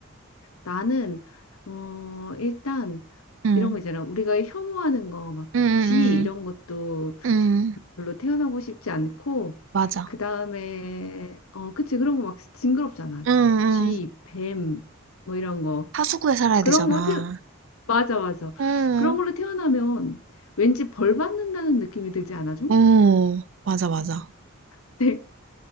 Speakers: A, on the left (about 85°); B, on the right (about 60°).
A: 나는, 어, 일단,
B: 응,
A: 이런 거 있잖아. 우리가 혐오하는 거, 막,
B: 응, 응,
A: 쥐, 이런 것도
B: 응. 응.
A: 별로 태어나고 싶지 않고,
B: 맞아.
A: 그 다음에, 어, 그치, 그런 거 막 징그럽잖아.
B: 응, 응,
A: 쥐, 뱀, 뭐 이런 거.
B: 하수구에 살아야
A: 그런
B: 되잖아.
A: 거, 태, 맞아, 맞아.
B: 응.
A: 그런 걸로 태어나면 왠지 벌 받는다는 느낌이 들지 않아, 좀?
B: 어, 맞아, 맞아.
A: <laughs> 내,